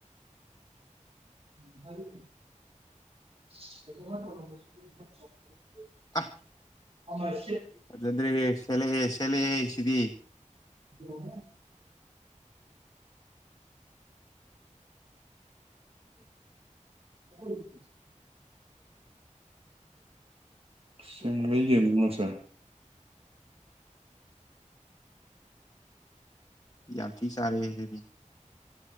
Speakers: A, on the right; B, on the left.
A: ꯎ
B: ꯑ
A: ꯑꯣ
B: ꯑꯗꯨꯗꯗ꯭ꯔꯦ ꯁꯦꯂ ꯁꯦꯂꯦ ꯁꯤꯗꯤ
A: ꯑꯣ ꯎꯝ ꯎꯝ ꯁꯤ ꯂꯩꯒꯅꯁꯦ
B: ꯌꯥ ꯊꯤ ꯁꯥꯥꯔꯦꯦ